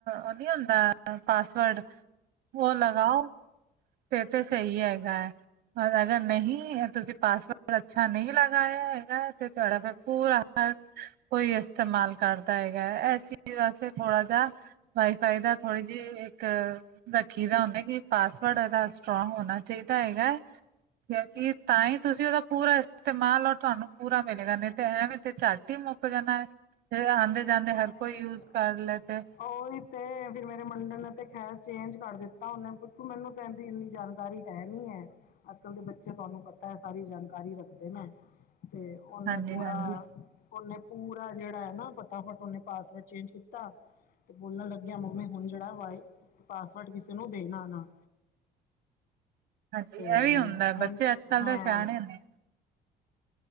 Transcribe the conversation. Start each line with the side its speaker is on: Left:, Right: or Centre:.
Right: ਉਹ ਨਹੀਂ ਹੁੰਦਾ ਪਾਸਵਰਡ ਉਹ ਲਗਾਉ ਤੇ ਤੇ ਸਹੀ ਹੈਗਾ ਹੈ ਔਰ ਅਗਰ ਨਹੀਂ ਤੁਸੀਂ ਪਾਸਵਰਡ ਅੱਛਾ ਨਹੀਂ ਲਗਾਇਆ ਹੈਗਾ ਅਤੇ ਤੁਹਾਡਾ ਫਿਰ ਪੂਰਾ ਹਰ ਕੋਈ ਇਸਤੇਮਾਲ ਕਰਦਾ ਹੈਗਾ ਹੈ ਇਸ ਚੀਜ਼ ਵਾਸਤੇ ਥੋੜ੍ਹਾ ਜਿਆ ਵਾਈਫਾਈ ਦਾ ਥੋੜੀ ਜਿਹੀ ਇੱਕ ਰੱਖੀ ਦਾ ਉਹਨੇ ਕਿ ਪਾਸ ਥੋੜ੍ਹਾ ਜਿਹਾ ਸਟਰੋਂਗ ਹੋਣਾ ਚਾਹੀਦਾ ਹੈਗਾ ਕਿ ਤਾਂ ਹੀ ਤੁਸੀਂ ਉਹਦਾ ਪੂਰਾ ਇਸਤੇਮਾਲ ਔਰ ਤੁਹਾਨੂੰ ਪੂਰਾ ਮਿਲੇਗਾ ਨਹੀਂ ਤੇ ਐਵੇਥੇ ਝੱਡ ਮੁੱਕ ਜਾਂਦਾ ਆਉਂਦੇ ਜਾਂਦੇ
Left: ਨਹੀਂ
Right: ਹਰ ਕੋਈ ਯੂਜ ਕਰ ਲੈ ਤੇ
Left: ਉਹੀ ਤੇ ਫਿਰ ਮੇਰੇ ਮੁੰਡੇ ਨੇ ਤੇ ਖੈਰ ਚੇਂਜ ਕਰ ਦਿੱਤਾ ਉਹਨੇ ਬਕ ਮੈਨੂੰ ਕਹਿੰਦੀ ਇੰਨੀ ਜਾਣਕਾਰੀ ਹੈ ਨੀ ਹੈ ਅੱਜ ਕੱਲ ਦੇ ਬੱਚੇ ਤੁਹਾਨੂੰ ਪਤਾ ਹੈ ਸਾਰੀ ਜਾਣਕਾਰੀ ਰੱਖਦੇ ਨੇ ਤੇ ਉਹਨੇ
Right: ਹਾਂਜੀ
Left: ਪੂਰਾ
Right: ਹਾਂਜੀ।
Left: ਉਹਨੇ ਪੂਰਾ ਜਿਹੜਾ ਹੈ ਨਾ ਫਟਾਫਟ ਉਹਨੇ ਪਾਸਵਰਡ ਚੇਂਜ ਕੀਤਾ ਤੇ ਬੋਲਣ ਲੱਗਿਆ ਮੰਮੀ ਹੁਣ ਜਿਹੜਾ ਵ ਪਾਸਵਰਡ ਕਿਸੇ ਨੂੰ ਦੇਣਾ ਨਾ
Right: ਹਾਂਜੀ
Left: ਤੇ
Right: ਇਹ ਵੀ ਹੁੰਦਾ
Left: ਹੁਣ
Right: ਬੱਚੇ ਅੱਜ ਕੱਲ੍ਹ
Left: ਹਾਂ
Right: ਦੇ ਸਿਆਣੇ ਨੇ।